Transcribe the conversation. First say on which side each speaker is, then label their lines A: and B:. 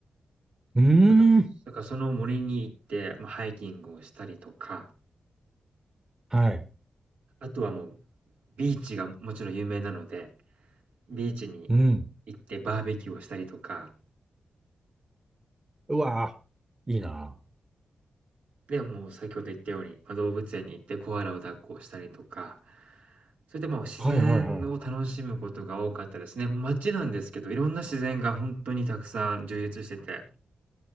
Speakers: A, on the right (about 20°); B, on the right (about 80°).
A: うー
B: だからだからその森に行って、
A: ん。
B: まあ、ハイキングをしたりとか、
A: はい。
B: あとはもうビーチがもちろん有名なので、ビーチに
A: うん。
B: 行ってバーベキューをしたりとか、
A: うわーいいな。
B: で、もう先ほど言ったように、まあ、動物園に行ってコアラを抱っこしたりとか、それでもう自然を楽しむことが多かったですね。
A: はいはいはい。
B: 街なんですけど、いろんな自然が本当にたくさん充実してて